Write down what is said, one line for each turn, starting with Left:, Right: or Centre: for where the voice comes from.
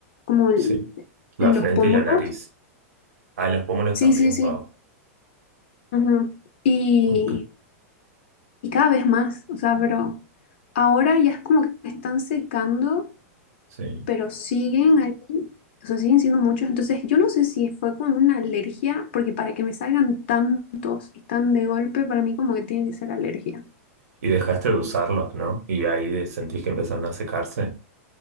Left: como el-
Right: sí. La
Left: en
Right: frente
Left: los pómulos.
Right: y la nariz. Ah, en los pómulos
Left: Sí,
Right: también,
Left: sí, sí.
Right: wow.
Left: ujú. Y,
Right: Ok,
Left: y cada vez más, o sea, pero ahora ya es como que están secando,
Right: sí.
Left: pero siguen ahí, o sea, siguen siendo muchos. Entonces, yo no sé si fue como una alergia, porque para que me salgan tantos y tan de golpe, para mí como que tiene que ser alergia.
Right: Y dejaste de usarlos, ¿no? Y ahí sentís que empezaron a secarse